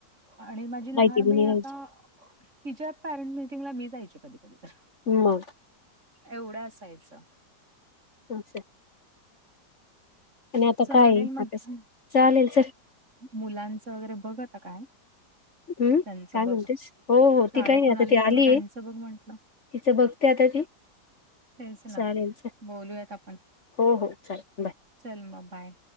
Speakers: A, on the right; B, on the left.
A: आणि माझी लहान
B: माहिती बी
A: बहीण
B: नाही
A: आता
B: राहायची
A: तिच्या पॅरेंट मिटींगला मी जायचे कधी कधी तर.
B: मग?
A: एवढं असायचं.
B: <unintelligible> आणि आता
A: चालेल
B: काय आहे
A: मग
B: आता
A: घ्यु.
B: चालेल चल.
A: मुलांच वगैरे बघ आता काय?
B: हम्म
A: त्यांचं
B: काय
A: बघ
B: म्हणतेस हो हो
A: शाळेतून
B: ती काही नाही आता
A: आले
B: ती
A: त्यामुळे
B: आलीय
A: मग त्याचं बघ म्हटलं.
B: तिचं बघते आता ती?
A: तेच ना
B: चालेल चल
A: बोलूयात आपण.
B: हो हो चालेल बाय.
A: चल मग बाय.